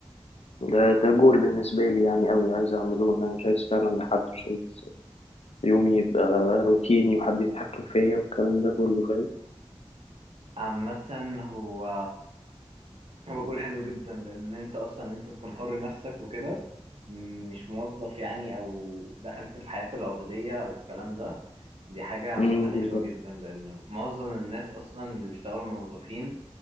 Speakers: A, on the left; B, on the right.
A: ده ده
B: اه
A: جول بالنسبه لي يعني قوي عايز اعمله ان انا مش عايز اشتغل عند حد مش عايز يومي يبقى روتيني وحد يتحكم فيا والكلام ده كله فاهم
B: عامة هو هو جول حلو جدا لان انت اصلا ان انت تكون حر نفسك وكده م- مش موظف يعني او دخلت في حياته العبودية او الكلام ده دي حاجة عامة
A: امم
B: حلوة
A: بالظبط
B: جدا لان معظم الناس اصلا اللي بيشتغلوا موظفين